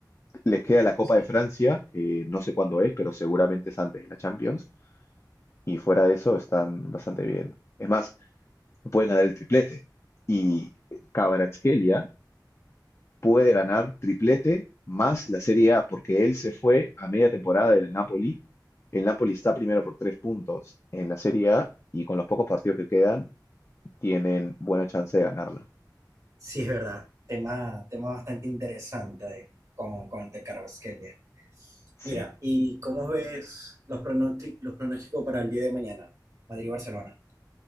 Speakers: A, on the left (about 40°); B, on the right (about 50°).
A: Les queda la Copa
B: sí,
A: de Francia, que no sé cuándo es, pero seguramente es antes de la Champions. y fuera de eso están bastante bien. Es más, pueden ganar el triplete. Y Kvaratskhelia puede ganar triplete más la Serie A, porque él se fue a media temporada del Napoli. El Napoli está primero por tres puntos en la Serie A y con los pocos partidos que quedan tienen buena chance de ganarla.
B: sí, es verdad. Tema, tema bastante interesante de- con, con el de Carvajal. Mira,
A: Sí,
B: ¿y cómo ves los pronósticos, los pronósticos para el día de mañana? Madrid-Barcelona.